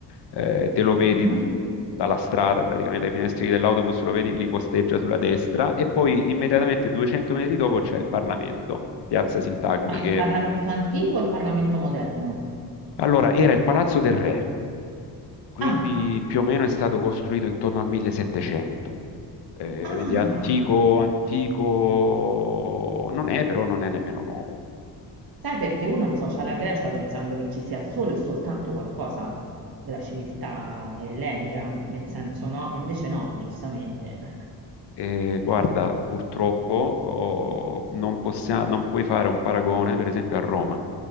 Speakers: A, on the left; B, on the right.
A: Eh, te lo vedi
B: mhm.
A: mh, dalla strada, praticamente dai finestrini dell'autobus, lo vedi, li costeggia sulla destra e poi immediatamente 200 metri dopo c'è il Parlamento, Piazza Sintagma,
B: Ma il
A: che
B: Parlamento antico o il Parlamento moderno?
A: allora era il Palazzo del Re, quindi
B: Ah,
A: più o meno è stato costruito intorno al 1700. Eh,
B: ah.
A: quindi antico, antico non è, però non è nemmeno nuovo.
B: Sai perché uno associa la Grecia pensando che ci sia solo e soltanto qualcosa della civiltà ellenica, nel senso no, e invece no, giustamente. <laughs>
A: E guarda, purtroppo oh, non possia- non puoi fare un paragone, per esempio, a Roma,